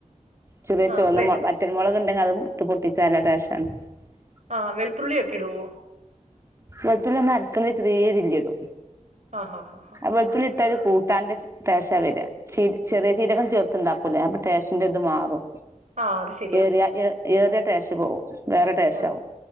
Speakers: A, on the right; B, on the right.
A: ചെറിയ
B: ആ
A: ചുവന്ന
B: വെ
A: മുള വറ്റൽ മുളക് ഉണ്ടെങ്ക അത് ഇട്ട് പൊട്ടി ചലടഷാണ് <unintelligible>
B: ആഹ് വെളുത്തുള്ളി ഒക്കിടുവോ
A: വെളുത്തുള്ളി നമ്മ അരക്കേണ്ട ചെറിയ രീതിക്ക് ഇടും
B: ആ ആ
A: വെളുത്തുള്ളി ഒരു കൂട്ടാന്റെ ടേസ്റ്റാ വരിക ചെ ചെറിയ ജീരകം ചേർത്ത് ഉണ്ടാക്കൂല്ലേ അപ്പം ടേസ്റ്റിൻ്റെഅത് മാറും
B: ആ അത് ശരിയാ
A: ഏറിയ ഏ ഏറ ടേസ്റ്റു പോവും വേറെ ടേസ്റ്റ്
B: ആ
A: ആവും